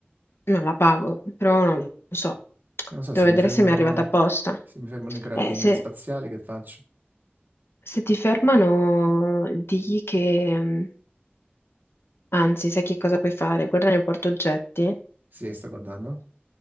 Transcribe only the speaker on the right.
Non so
se
mi fermano,
se mi fermano i carabinieri
spaziali, che faccio?
Sì, sto guardando.